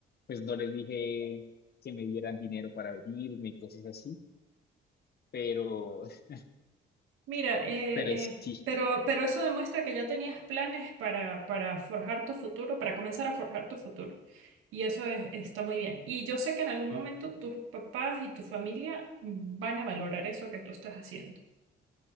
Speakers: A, on the left; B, on the right.
A: pues no les dije que me dieran dinero para venirme y cosas así, pero, <laughs>
B: Mira, eh,
A: pero
B: eh,
A: sí,
B: pero, pero eso demuestra que ya tenías planes para, para forjar tu futuro, para comenzar a forjar tu futuro. Y eso es- está muy bien. Y yo sé que en algún momento tus papás y tu familia van a valorar eso que tú estás haciendo.